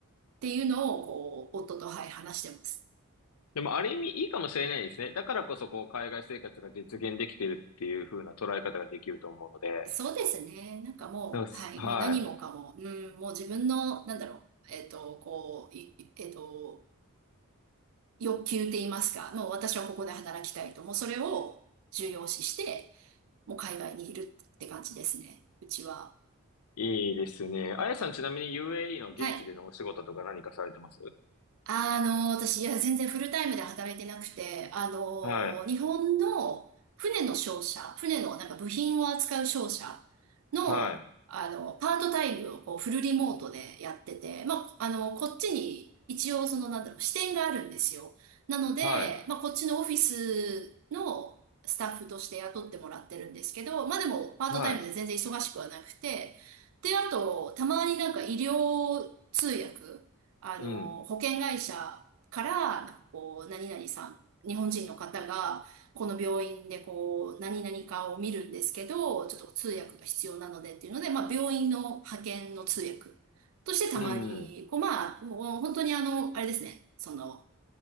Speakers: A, on the right; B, on the left.
A: っていうのを、こう、夫と、はい、話してます。
B: でも、ある意味いいかもしれないですね。だからこそ、こう、海外生活が実現できてるっていう風な捉え方ができると思うので。
A: そうですね。なんかもう、
B: でもすは
A: はい、もう何もかも、うん、もう自分の、なんだろう、えっと、こう、いいえっと、欲求って言いますか、もう私はここで働きたいと、もうそれを重要視して、もう海外にいるって感じですね、うちは。
B: い。いいですね。あやさん、ちなみに UAE の現地でのお仕事とか何かされてます
A: はい。あの、私、いや、全然フルタイムで働いてなくて、あの、
B: はい、
A: 日本の船の商社、船のなんか部品を扱う商社の、
B: はい、
A: あの、パートタイムをこうフルリモートでやってて、まあ、あの、こっちに一応その、なんだろう、支店があるんですよ。なので、
B: はい、
A: まあ、こっちのオフィスのスタッフとして雇ってもらってるんですけど、まあ、でも、パートタイムで全然忙しくはなくて、
B: はい、
A: で、あと、たまになんか医療通訳、あの、
B: うん、
A: 保険会社から、なんかこう、何々さん、日本人の方が、この病院でこう、何々かを見るんですけど、ちょっと通訳が必要なのでっていうので、まあ、病院の派遣の通訳としてたまに、
B: うん。
A: こう、まあ、もう本当にあの、あれですね、その、